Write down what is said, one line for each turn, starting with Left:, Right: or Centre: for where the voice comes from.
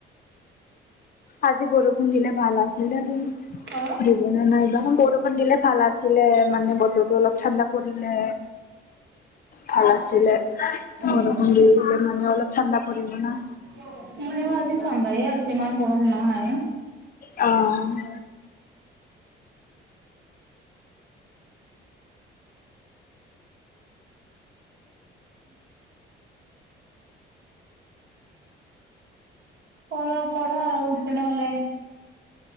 Left: আজি বৰষুণ দিলে ভাল আছিলে <unintelligible>
Right: অ',
Left: দিব নে নাই নাইবা বৰ ষুণ দিলে ভাল আছিলে মানে বতৰটো অলপ ঠাণ্ডা পৰিলে ভাল আছিলে বৰষুণ
Right: উম
Left: দিলে মানে অলপ ঠাণ্ডা পৰিব না।
Right: <unintelligible> এনেও আজি ঠাণ্ডাই আছে ইমান গৰম নাই।
Left: অ',
Right: পঢ়া, পঢ়া আৰু তেনে হ'লে।